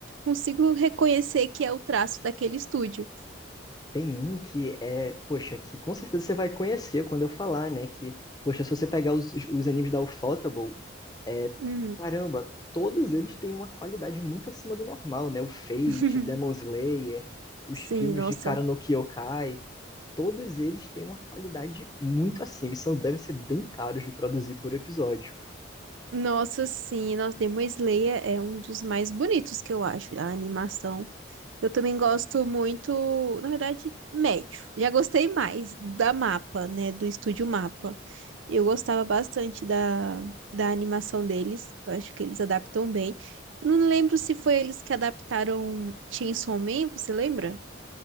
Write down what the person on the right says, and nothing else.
consigo reconhecer que é o traço daquele estúdio.
Uhum.
<laughs>
Sim,
nossa.
Nossa, sim, nossa, Demon Slayer é um dos mais bonitos que eu acho, a animação. Eu também gosto muito, na verdade, médio. Já gostei mais da Mapa, né, do estúdio Mapa. Eu gostava bastante da, da animação deles, eu acho que eles adaptam bem. Não lembro se foi eles que adaptaram Chainsaw Man, você lembra?